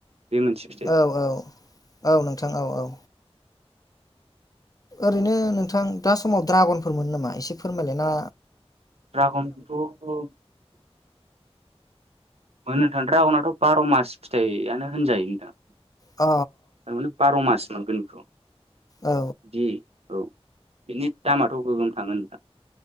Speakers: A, on the right; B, on the left.
A: बे मोनसे फिथाइया
B: औ औ औ नोंथां औ औ ओरैनो नोंथां दा समाव द्रागनफोर मोनो नामा एसे फोरमायलायना
A: द्रगनखौथ' मोननो थां द्रागनआथ' बार' मास फिथाइयानो होनजायो नोंथां
B: अ
A: थारमाने बार' मास मोनगोन बेखौ बिदि
B: औ
A: औ बिनि दामाथ' गोगोम थाङोना